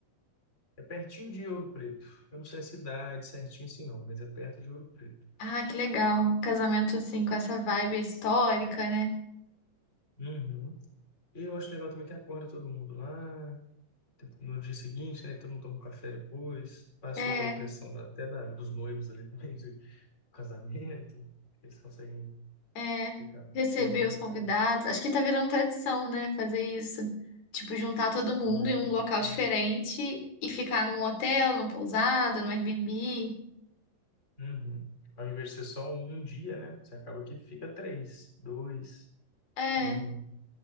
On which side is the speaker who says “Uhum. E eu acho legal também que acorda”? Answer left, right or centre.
Left